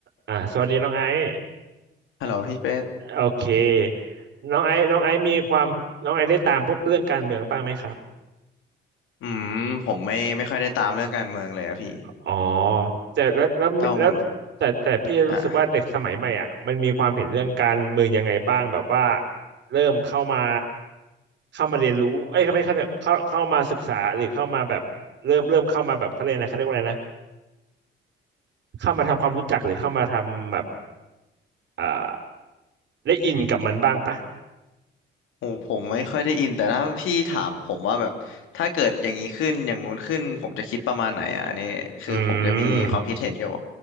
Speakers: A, on the right (about 65°); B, on the left (about 85°).
A: อ่าสวัสดีน้องไอซ์
B: ฮัลโหลพี่เป็ด
A: โอเคน้องไอซ์น้องไอซ์มีความน้องไอซ์ได้ตามพวกเรื่องการเมืองบ้างไหมครับ
B: อืมผมไม่ไม่ค่อยได้ตามเรื่องการเมืองเลยอะพี่
A: อ๋อแต่แล้วแล้วแล้วแต่แต่พี่รู้สึกว่าเด็กสมัยใหม่อ่ะมันมีความเห็นเรื่องการเมืองยังไงบ้างแบบว่า
B: แต่วาผมอ่ะ
A: เริ่มเข้ามาเข้ามาเรียนรู้เอ้ยไม่เข้าเข้าเข้ามาศึกษาหรือเข้ามาแบบเริ่มเริ่มเข้ามาแบบเขาเรียกอะไรเขาเรียกว่าอะไรนะเข้ามาทำความรู้จักหรือเข้ามาทำแบบอ่าได้อินกับมันบ้างปะ
B: ผมผมไม่ค่อยได้อินแต่ถ้าพี่ถามผมว่าแบบถ้าเกิดอย่างนี้ขึ้นอย่างงู้นขึ้นผมจะคิดประมาณไหนอ่ะอันนี้คือผมจะมีความคิดเห็นอยู่
A: อืม